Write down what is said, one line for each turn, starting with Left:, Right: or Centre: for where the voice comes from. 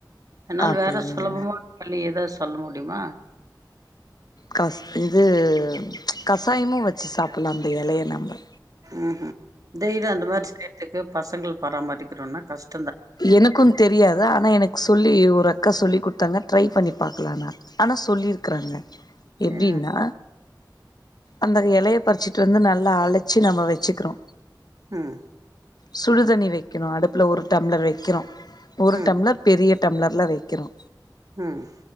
Right: அன்னால
Left: அப்டிங்க
Right: வெற சுலபமா வழி ஏதாச்சு சொல்ல முடியுமா
Left: கஸ் இது கசாயமு வச்சு சாப்புட்லா அந்த எலைய நம்ம
Right: ம்ஹூம் டெய்லி அந்த மாரி செய்த்துக்கு பசங்கள் பராமரிக்கரோனா கஷ்
Left: எனக்கு தெரியாது ஆனா எனக்கு சொல்லி ஒரு அக்கா சொல்லி குட்த்தாங்க ட்ரை பண்ணி பாக்கலனா ஆனா சொல்லிருக்குறாங்க எப்டின்னா
Right: ம்
Left: அந்த எலைய பறிச்சிட்டு வந்து நல்லா அழச்சி நம்ம வச்சுக்கிறோ
Right: ம்
Left: சுடுதண்ணி வெக்கணு அடுப்புல ஒரு டம்ளர் வெக்கிறோ ஒரு
Right: ம்
Left: டம்ளர் பெரிய டம்ளர்ல வெக்கிறோ
Right: ம்